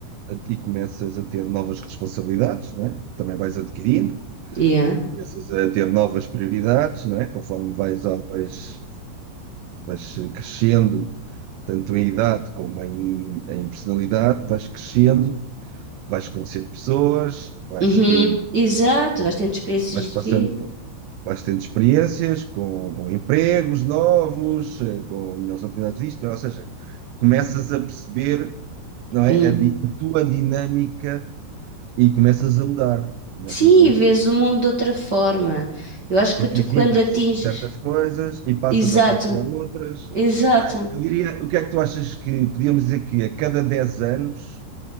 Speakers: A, on the right; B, on the right.
A: e começas a ter novas responsabilidades, não é? Também vais adquirindo,
B: Yeah.
A: começas a ter novas prioridades, não é? Conforme vais, vais, vais crescendo, tanto em idade como em, em personalidade, vais crescendo, vais conhecendo pessoas, vais
B: Uhum.
A: tendo,
B: Exato, vais tendo experiências
A: vais passando
B: de vida.
A: por. Vais tendo experiências com, com empregos novos, eh, com melhores oportunidades disto, ou seja, começas a perceber, não é,
B: Um...
A: a, di- a tua dinâmica e começas a mudar, começas
B: Sim,
A: a mudar,
B: vês o mundo de outra forma. Eu acho que
A: porque
B: tu,
A: evitas
B: quando atinges.
A: certas coisas e passas
B: Exato,
A: a procurar outras,
B: exato.
A: não é? Eu diria, o que é que tu achas que podíamos dizer que a cada 10 anos,